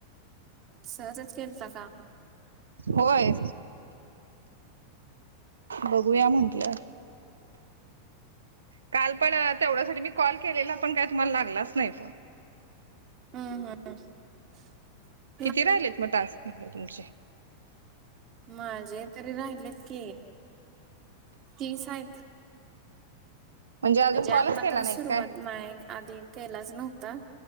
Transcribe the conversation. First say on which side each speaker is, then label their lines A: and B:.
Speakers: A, on the right; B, on the right.
A: सहजच केलता का
B: होय बघूया म्हंटलं काल पण तेवढ्यासाठी मी कॉल केलेला पण काय तुम्हाला लागलाच नाही फोन
A: हम्म हम्
B: किती राहिलेत मग टास्क मधले तुमचे
A: माझे तरी राहिलेत क तीच आहेत
B: अजून
A: म्हणजे
B: कॉलच
A: आता
B: केला
A: तर सुरुवात
B: नाही काय
A: नाही आधी केलाच नव्हता